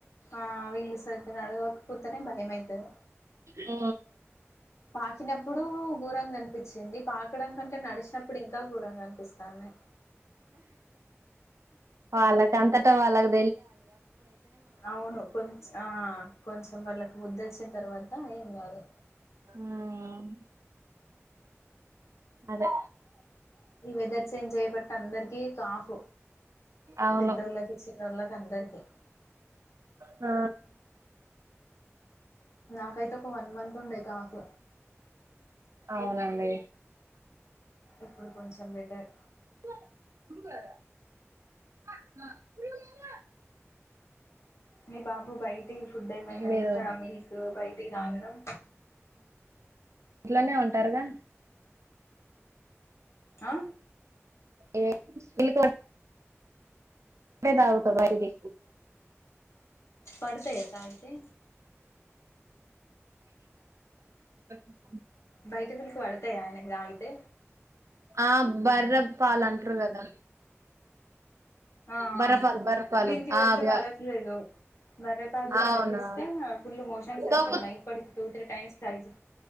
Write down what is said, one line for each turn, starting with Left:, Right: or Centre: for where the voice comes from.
Left: ఆ వీళ్ళు సరిగ్గా నడవకపోతేనే భయం అవుతుది
Right: ఆ
Left: పాకినప్పుడు గోరంగా అనిపించింది పాకడం కంటే నడిచినప్పుడు ఇంకా గోరంగా అనిపిస్తాంది
Right: వాళ్ళగంతట వాళ్ళకు
Left: అవును కొంచ ఆ కొంచెం వాళ్ళకి బుద్దొచ్చిన తర్వాత ఏం కాదు
Right: ఉమ్ అదే
Left: ఈ వెదర్ చేంజ్ అయ్యే బట్టి అందరికి కాఫ్
Right: అవును
Left: పెద్దోళ్ళకి చిన్నోళ్లకి అందరికి
Right: ఆ
Left: నాకైతే ఒక వన్ మంత్ ఉండే కాఫ్
Right: అవునండి
Left: ఇప్పుడు కొంచెం బెటర్
Right: <inaudible>
Left: మీ బాబు బయటియి ఫుడ్ ఏమైనా
Right: మీరు
Left: తింటాడ మిల్క్ బయటియి తాగడం
Right: ఇంట్లోనే ఉంటారుగా
Left: ఆ
Right: ఏ సిలికోమ్ ఇప్పుడే తాగుతా వైది
Left: పడతాయా తాగితే
Right: <inaudible> <inaudible>
Left: బయట మిల్క్ పడతాయా ఆయనకి తాగితే
Right: ఆ బర్ర పాలంటారు కదా
Left: ఆ ఆ
Right: బర్రపాలు బర్రపాలు
Left: వినికి పెడితే
Right: ఆ అవి
Left: పడట్లేదు బర్రెపల్ తగిపిస్తే
Right: అవునా
Left: ఫుల్ మోషన్స్ అవుతున్నాయి
Right: తొక్కు
Left: ఇప్పటికి టూ త్రీ టైమ్స్ ట్రై చే